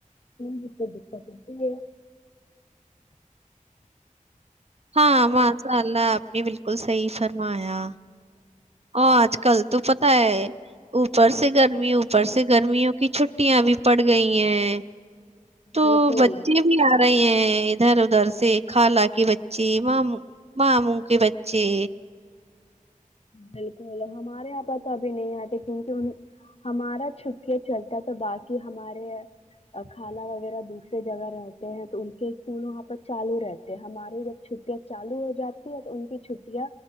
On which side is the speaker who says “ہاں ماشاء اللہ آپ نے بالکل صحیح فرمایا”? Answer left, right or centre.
Right